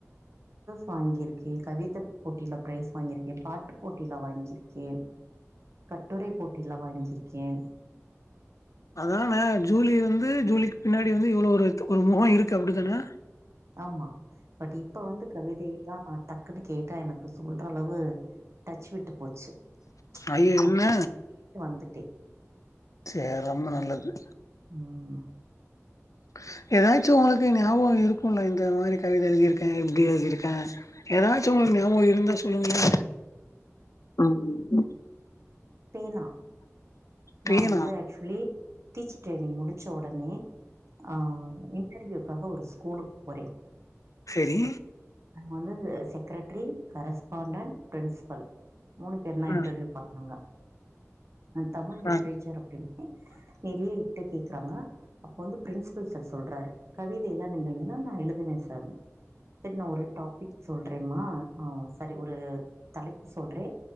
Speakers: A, on the right; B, on the left.
A: வாங்கியிருக்கேன் கவித போட்டியில பிரைஸ் வாங்கியிருக்கேன். பாட்டு போட்டியில வாங்கியிருக்கேன். கட்டுரை போட்டியில வாங்கியிருக்கேன்.
B: அதான ஜூலி வந்து ஜூலிக்கு பின்னாடி வந்து இவ்ளோ ஒரு து ஒரு மொகம் இருக்கு. அப்டிதான
A: ஆமா பட் இப்ப வந்து கவிதைலா ஆ டக்குன்னு கேட்டா எனக்கு சொல்ற அளவு டச் விட்டு போச்சு
B: ஐயோ
A: <inaudible>
B: என்ன
A: வந்துட்டேன்.
B: சே ரம்ப நல்லது.
A: ம்
B: <inaudible> ஏதாச்சும் உங்களுக்கு ஞாபகம் இருக்கும் இல்ல இந்த மாரி கவிதை எழுதிருக்கேன் எப்டி எழுதி இருக்கேன் ஏதாச்சும் உங்களு க்கு ஞாபகம் இருந்தா சொல்லுங்களா ம்
A: பேனா
B: பேனா
A: நான் வந்து ஆக்சுவலி டீச்சர் ட்ரைனிங் முடிச்ச உடனே ஆ இன்டர்வியூ காக ஒரு ஸ்கூலுக்கு போறேன்
B: சரி
A: நாங்க வந்து செக்ரேட்டரி கரஸ்பாண்டன்ட் பிரின்சிபல். மூணு பேரும் தான்
B: ஆ
A: இன்டர்வியூ பாத்தாங்க. நா தமிழ் லிட்ரேச்சர்
B: ஆ
A: அப்டின்னு
B: <unintelligible>
A: நெறிய என்கிட்ட கேக்குறாங்க அப்ப வந்து பிரின்சிபல் சார் சொல்றாரு கவிதை எல்லாம் நீங்கள் என்னன்னா எழுதுவ சார்னு சரி நான் ஒரு டாபிக் சொல்றேமா ஆ சரி ஒரு தலைப்பு சொல்றேன்